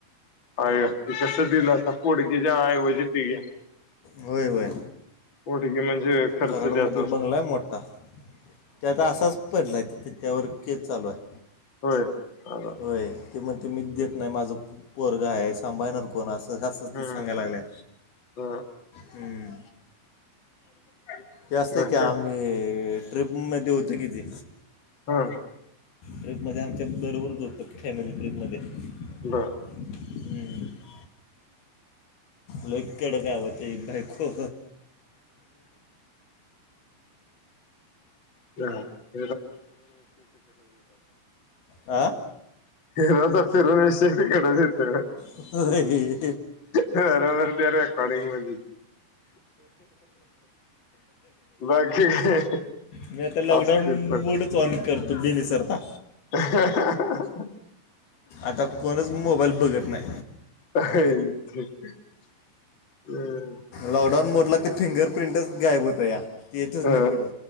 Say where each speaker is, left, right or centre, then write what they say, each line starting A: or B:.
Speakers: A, on the left; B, on the left.
A: अय ते कसं दिलं आता? पोडगीच्या ऐवजी ती.
B: व्हय व्हय,
A: पोडगी म्हणजे खर्च
B: कराडमध्ये
A: द्यायचा असतो
B: बंगलाय मोट्टा. त्यात असचं पडलंय, त्यावर केस चालू हाय.
A: होय. अर
B: होय, ती म्हणते, मी
A: हम्म
B: देत नाय. माझं पोरगं हाय. सांभाळणार कोण? असं त असंच ते
A: हम्म
B: सांगाया लागल्या,
A: बर
B: हम्म.
A: <unintelligible>
B: ते असंय
A: बाकी
B: की, आम्ही ट्रिपमध्ये होतं कि ती.
A: हं
B: ट्रिपमध्ये आमच्या बरोबरच होत, फॅमिली ट्रिपमध्ये.
A: बरं.
B: हम्म. लय कडक हाय ओ तीची बायको.
A: हां <unintelligible>
B: आं.
A: एकदाचा फिरुन ये शेगडी कड नयत.
B: होय.
A: बरोबर तर <unintelligible> मधी बाकी काय
B: मी आता लॉकडाऊन
A: असतील पटली
B: मोडच ऑन करतो मी विसरता.
A: <unintelligible>
B: आता कोणंच मोबाईल बघत नाय.
A: हम्म <unintelligible>
B: लॉकडाऊन मोडला ते फिंगर प्रिंटच गायब होतंया. येतंच
A: अ
B: नाय पुढं,